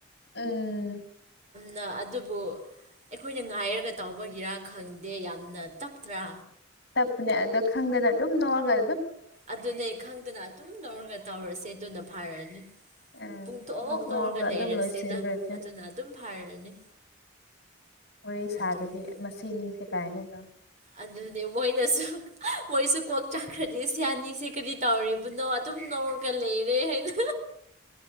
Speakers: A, on the left; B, on the right.
A: ꯎꯝ
B: ꯅ ꯑꯗꯨꯕꯨ ꯑꯩꯈꯣꯏꯅ ꯉꯥꯏꯔꯒ ꯇꯥꯎꯕꯒꯤꯔꯥ ꯈꯪꯗꯦ ꯌꯥꯝꯅ ꯇꯞꯇ꯭ꯔꯥ
A: ꯇꯞꯄꯅꯦ ꯑꯗꯣ ꯈꯪꯗꯅ ꯑꯗꯨꯝ ꯅꯧꯔꯒ
B: ꯑꯗꯨꯅꯦ ꯈꯪꯗꯅ ꯑꯗꯨꯝ ꯂꯧꯔꯒ ꯇꯧꯔꯁꯦ ꯑꯗꯨꯅ ꯐꯔꯅꯤ
A: ꯎꯝ
B: ꯄꯨꯡꯊꯣꯛꯑ
A: ꯅꯣꯛ
B: ꯅꯧꯔꯒ
A: ꯅꯣꯛꯔꯒ ꯑꯗꯨꯝ
B: ꯂꯩꯔꯁꯦꯗ
A: ꯂꯣꯏꯁꯤꯟꯈ꯭ꯔꯁꯦ
B: ꯑꯗꯨꯅ ꯑꯗꯨꯝ ꯐꯔꯅꯤ
A: ꯍꯣꯔꯦ ꯁꯥꯗꯕꯤ
B: ꯑꯗꯨꯅꯤ
A: ꯃꯁꯤꯅꯤꯁꯦ ꯀꯥꯏꯅꯀ
B: ꯑꯗꯨꯅꯦ ꯃꯣꯏꯅꯁꯨ ꯃꯣꯏꯁꯨ ꯀꯣꯛ ꯆꯥꯛꯈ꯭ꯔꯗꯤ ꯁꯤꯌꯥꯅꯤꯁꯦ ꯀꯔꯤ ꯇꯧꯔꯤꯕꯅꯣ ꯑꯗꯨꯝ ꯅꯧꯔꯒ ꯂꯩꯔꯦ ꯍꯥꯏꯅ